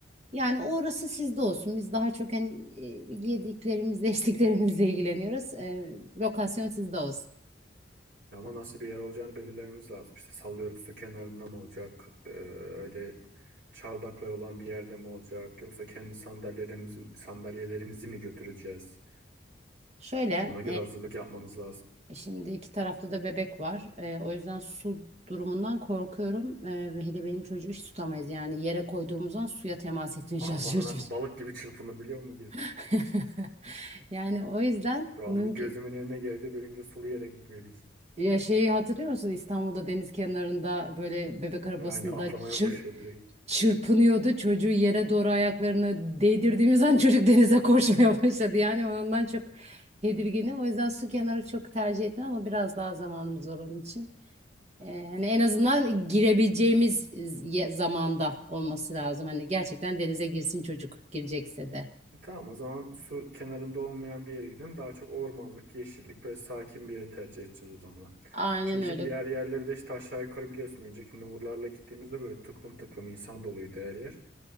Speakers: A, on the right; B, on the right.
A: yani orası sizde olsun. Biz daha çok hani e, yediklerimizle içtiklerimizle ilgileniyoruz. E, lokasyon sizde olsun.
B: Ya Ama nasıl bir yer olacağını belirlememiz lazım. İşte sallıyoruz su kenarında mı olacak? Ee, öyle çardaklar olan bir yerde mi olacak? Yoksa kendi sandalyelerimizi, sandalyelerimizi mi götüreceğiz?
A: Şöyle
B: Ona göre hazırlık yapmanız lazım.
A: E, Şimdi iki tarafta da bebek var. Ee, o yüzden su durumundan korkuyorum. Ee, ve hele benim çocuğu hiç tutamayız. Yani yere koyduğumuzdan suya temas <laughs> etmeye
B: Hava
A: çalışıyor
B: nasıl
A: çocuk.
B: balık gibi çırpınabiliyor mu girip?
A: <laughs> Yani o yüzden
B: Şu
A: mümkün...
B: an bir gözümün önüne geldi. Bence sulu yere gitmeliyiz.
A: Ya şeyi hatırlıyor musun? İstanbul'da deniz kenarında böyle bebek arabasında
B: Yani atlamaya
A: çır,
B: başlıyor direkt.
A: çırpınıyordu. Çocuğu yere doğru ayaklarını değdirdiğimiz an çocuk denize koşmaya <laughs> başladı. Yani ondan çok tedirginim. O yüzden su kenarı çok tercih etmem ama biraz daha zamanımız var onun için. Ee, hani en azından girebileceğimiz ye- zamanda olması lazım. Hani gerçekten denize girsin çocuk girecekse de.
B: Tamam o zaman su kenarında olmayan bir yere gidelim. Daha çok ormanlık, yeşillik, böyle sakin bir yere tercih edeceğiz o zaman.
A: Aynen
B: Çünkü
A: öyle.
B: diğer yerleri de işte aşağı yukarı biliyorsun. Önceki Uğurlar'la gittiğimizde böyle tıklım tıklım insan doluydu her yer.